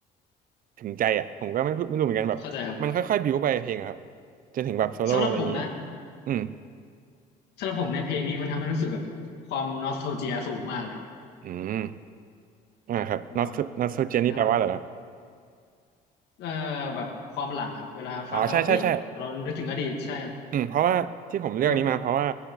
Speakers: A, on the right; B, on the left.
A: ถึงใจอ่ะผมก็ไม่พูดไม่รู้เหมือนกันแบบมันค่อยๆบิวไปเพลงอะครับ
B: เข้าใจครับ
A: จนถึงแบบโซโล่อะไรอย่างนี้
B: สำหรับผมนะ
A: อืม
B: สำหรับผมในยเพลงนี้มันทำให้รู้สึกกับความนอสโทเจียสูงมากเลย
A: อืมอ่าครับ
B: แบบ
A: Not Not So Jenny
B: มันท
A: แปลว่าอะไรเหรอครับ
B: ำเอ่อแบบความหลังครับเวลาฟังแล้วเอ้ยเรานึกถึงอดีตใช่ครับ
A: อ๋อใช่ใช่ใช่อืมเพราะว่าที่ผมเลือกนี้มาเพราะว่า
B: แบบ